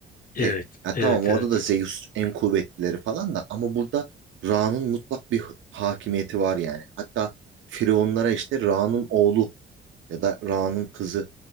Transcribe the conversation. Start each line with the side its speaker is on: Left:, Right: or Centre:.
Left: evet,
Right: Tek. Ya
Left: evet,
Right: tamam orada
Left: evet.
Right: da Zeus en kuvvetlileri falan da ama burada Ra'nın mutlak bir hakimiyeti var yani. Hatta Firavunlara işte Ra'nın oğlu ya da Ra'nın kızı